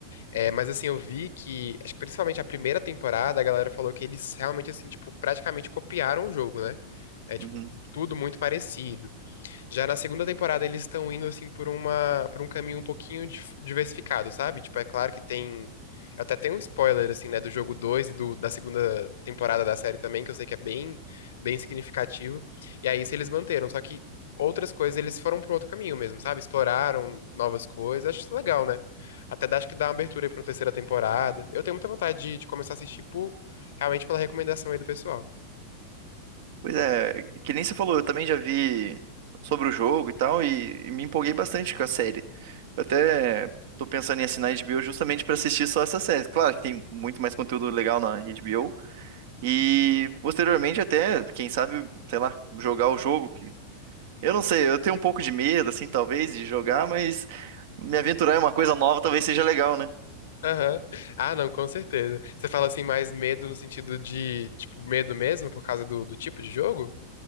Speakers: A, on the left; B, on the right.
A: É, mas assim, eu vi que, acho que principalmente a primeira temporada, a galera falou que eles realmente, assim, tipo, praticamente copiaram o jogo, né? É, tipo,
B: Uhum.
A: tudo muito parecido. Já na segunda temporada eles estão indo assim por uma por um caminho um pouquinho dif- diversificado, sabe? Tipo, é claro que tem até tem um spoiler assim, né, do jogo 2 e do, da segunda temporada da série também, que eu sei que é bem bem significativo. E aí isso eles manteram, só que outras coisas eles foram para outro caminho mesmo, sabe? Exploraram novas coisas. Acho isso legal, né? Até dá- acho que dá uma abertura aí pra uma terceira temporada. Eu tenho muita vontade de, de começar a assistir por, realmente pela recomendação aí do pessoal.
B: Pois é, que nem você falou, eu também já vi sobre o jogo e tal, e, e me empolguei bastante com a série. Eu até tô pensando em assinar a HBO justamente para assistir só essa série. Claro que tem muito mais conteúdo legal na HBO. E posteriormente até, quem sabe, sei lá, jogar o jogo que eu não sei, eu tenho um pouco de medo assim, talvez, de jogar, mas me aventurar em uma coisa nova talvez seja legal, né?
A: Aham. Ah, não, com certeza. Você fala assim, mais medo no sentido de, tipo, medo mesmo por causa do, do tipo de jogo?